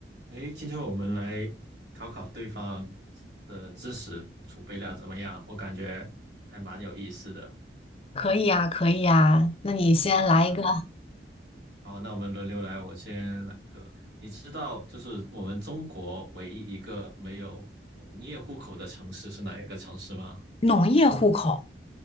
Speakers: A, on the right; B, on the left.
A: 诶，今天我们来考考对方的知识储备量怎么样？我感觉还蛮有意思的。
B: 可以呀，可以呀。那你先来一个
A: 那好，那我们轮流来，我先来一个。你知道，就是我们中国唯一一个没有农业户口的城市是哪一个城市吗？
B: 农业户口，